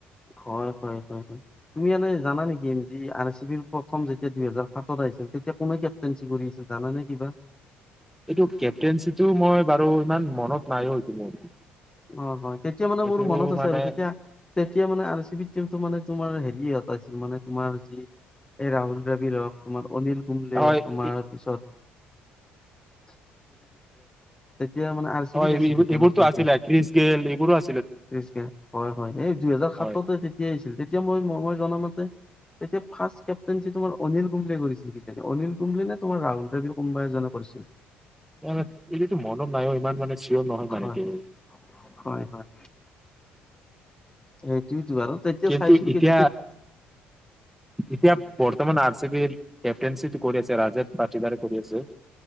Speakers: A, on the left; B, in the centre.
A: হয়, হয়, হয়। তুমি এনে জানা নেকি, যি আৰ এ চি বিৰ, প্ৰথম যেতিয়া দুহেজাৰ সাতত আহিছিল, তেতিয়া কোনে কে কেপ্তেইনচ কৰি আছিল, জানানে কিবা?
B: এইটো, কেপ্টেইনচিটো মই বাৰু ইমান মনত নাইও, এইটো মোৰ।
A: অ' হয়! তেতিয়া মানে,
B: এইটো
A: মোৰ মনত আছে
B: মানে
A: আৰু। তেতিয়া, তেতিয়া মানে, আৰ এ চি বি টিমটো মানে, তোমাৰ হেৰিয়ত আছিল মানে, তোমাৰ যি এই ৰাহুল <unintelligible> তোমাৰ অনিল কুম্বলে,
B: হয়
A: তোমাৰ পিছত <unintelligible> এতিয়া মানে, চি
B: হয়,
A: বিত আছিল
B: এইবোৰ-এইবোৰতো
A: তেতিয়া নতুনকে
B: আছিলে, ক্ৰিচ গেল, এইবোৰো আ
A: <unintelligible> হয়, হয়! এই দুইহেজাৰ সাততে,
B: হয়
A: তেতিয়াই আহিছিল। তেতিয়া মই, মই জনামতে, তেতিয়া, ফাৰ্ষ্ট কেপ্টেইনচিটো তোমাৰ, অনিল কুম্বলে কৰিছিল কিজানি, অনিল কুম্বলে নে? তোমাৰ, ৰাহুল দেৱী কোনোবা এজনে কৰিছিল।
B: অ'! এইটোতো মনত নাইও। ইমান মানে, চিয়ৰ নহয় মানে
A: হয়
B: <unintelligible>
A: হয়, হয়। এইটোটো আৰু। তেতিয়া
B: কিন্তু
A: চাইছিলোঁ
B: এতিয়া
A: কি, যেতিয়া,
B: এতিয়া, বৰ্তমান আৰ চি বিৰ কেপ্টেইনচিটো কৰি আছে, <unintelligible> কৰি আছে।